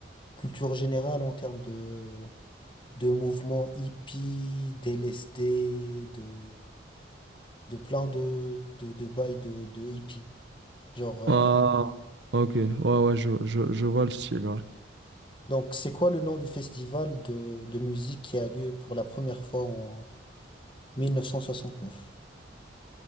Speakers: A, on the left; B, on the right.
A: culture générale en termes de, de mouvements hippies, d'L S D, de de plein de, de, de bails de, de hippies. Genre, euh,
B: Ah, ok. Ouais, ouais, je, je, je vois le style, ouais.
A: donc, c'est quoi le nom du festival de, de musique qui a lieu pour la première fois en mille neuf cent soixante neuf